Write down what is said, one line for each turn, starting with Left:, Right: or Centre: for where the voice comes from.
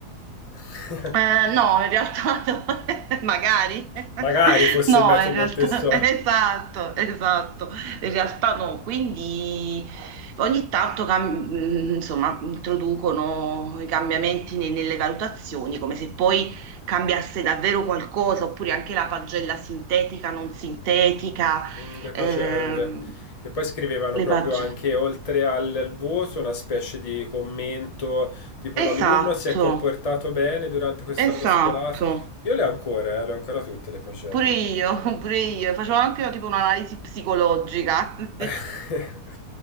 Left: <laughs>
Right: eh, no, in realtà no. <laughs> magari. <laughs>
Left: Magari fosse
Right: No,
Left: il metodo
Right: in realtà,
Left: Montessori.
Right: <laughs> esatto, esatto. In realtà no, quindi ogni tanto cam- mh, insomma, introducono i cambiamenti ne- nelle valutazioni, come se poi cambiasse davvero qualcosa, oppure anche la pagella sintetica, non sintetica,
Left: Mm, le pagelle.
Right: ehm,
Left: Che poi scrivevano
Right: le
Left: proprio
Right: pagelle.
Left: anche oltre al al voto una specie di commento tipo l'alunno
Right: Esatto,
Left: si è comportato bene durante quest'anno
Right: esatto.
Left: scolastico. Io le ho ancora, eh, le ho ancora tutte le pagelle.
Right: Pure io, <laughs> pure io, facevo anche tipo un'analisi psicologica, <laughs>
Left: <laughs>